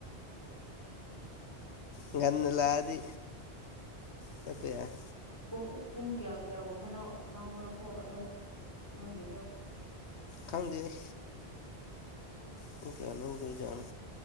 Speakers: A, on the left; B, on the left.
A: ꯉꯟꯅ ꯂꯥꯛꯑꯗꯤ ꯆꯠꯄ ꯌꯥꯏ
B: ꯄꯨꯡ ꯄꯨꯡ ꯀꯌꯥ ꯀꯌꯥꯒꯨꯝꯕ ꯂꯧ ꯂꯥꯎꯕ꯭ꯔꯥꯀꯣ ꯑꯗꯣ ꯅꯣꯏꯒꯤꯗꯣ
A: ꯈꯪꯗꯦꯅꯦ ꯄꯨꯡ ꯀꯥꯌꯥ ꯂꯧꯗꯣꯏ ꯖꯥꯠꯅꯣ